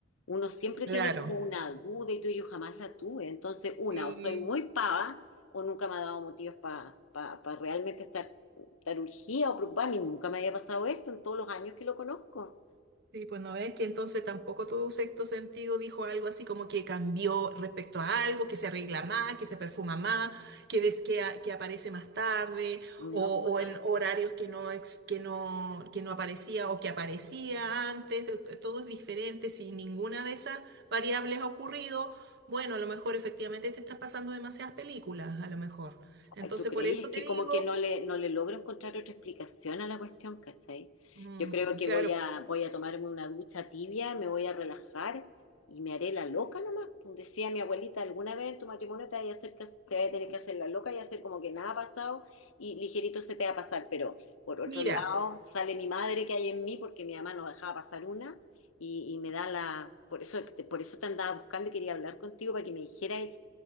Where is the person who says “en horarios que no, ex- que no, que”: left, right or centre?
Right